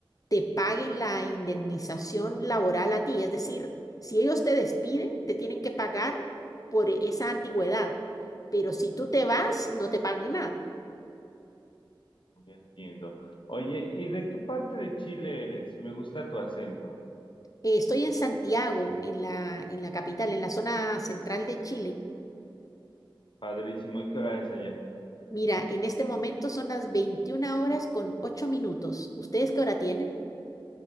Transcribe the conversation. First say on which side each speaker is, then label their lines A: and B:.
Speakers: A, on the left; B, on the left.
A: te paguen la indemnización laboral a ti. Es decir, si ellos te despiden, te tienen que pagar por esa antigüedad, pero si tú te vas, no te pagan nada.
B: Ya entiendo. Oye, ¿y de qué parte de Chile eres? Me gusta tu acento.
A: Eh, estoy en Santiago, en la, en la capital, en la zona central de Chile.
B: Padrísimo. ¿Y qué hora es allá?
A: Mira, en este momento son las veintiuna horas con ocho minutos. ¿Ustedes qué hora tienen?